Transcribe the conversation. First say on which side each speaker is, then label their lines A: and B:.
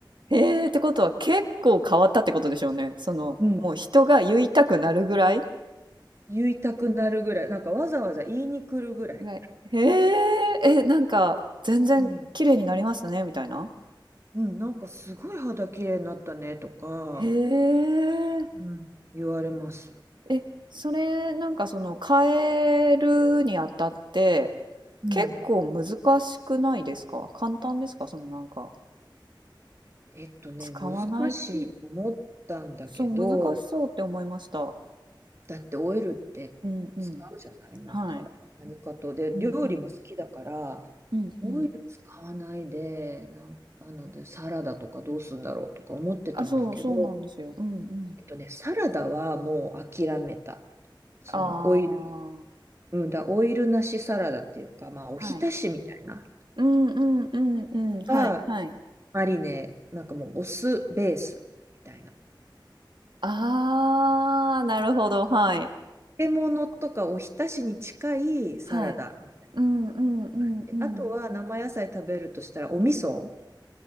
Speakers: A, on the right; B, on the right.
A: ええってことは結構変わったってことでしょうね。その、
B: うん。
A: もう人が言いたくなるぐらい
B: 言いたくなるぐらい。なんかわざわざ言いに来るぐらい。
A: 偉い。へえ、え、なんか、全然綺麗になりましたね、
B: うん。
A: みたいな。
B: うん、なんかすごい肌綺麗になったねとか、
A: へえ、
B: うん、言われます。
A: え、それ、なんかその、変えるにあたって、
B: うん。
A: 結構難しくないですか簡単ですかそのなんか、
B: えっとね、
A: 使わないっていう。
B: 難しいと思ったんだけど、
A: そう、難しそうって思いました。
B: だってオイルって使うじゃない、
A: うんうん。
B: なんか何かと。
A: はい。
B: で、
A: うんうん。
B: 料理も好きだから、
A: うんうん。
B: オイル使わないで、なんあので、サラダとかどうするんだろうとか思ってたんだけど、
A: あ、そう、そうなんですよ。うんうん。
B: えっとね、サラダはもう諦めた。そのオイル、
A: ああ、
B: うんだ、オイルなしサラダっていうか、まあ、おひたしみたいな、
A: はい。うんうんうんうん。はいはい。
B: はマリネ、なんかもうお酢ベースみたいな。
A: ああ、なるほど、はい。
B: 漬物とかおひたしに近いサラダみたい
A: はい。うんうんうんうん。
B: な感じ。あとは生野菜食べるとしたらお味噌。